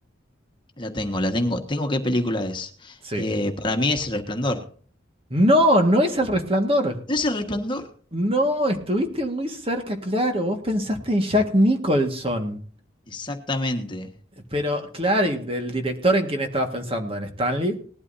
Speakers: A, on the left; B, on the right.
A: La tengo, la tengo. Tengo qué película es.
B: Sí.
A: Eh, para mí es El Resplandor.
B: No, no es El Resplandor.
A: ¿Es El Resplandor?
B: No, estuviste muy cerca, claro. Vos pensaste en Jack Nicholson.
A: Exactamente.
B: Pero, claro, ¿y del director en quién estabas pensando? ¿En Stanley?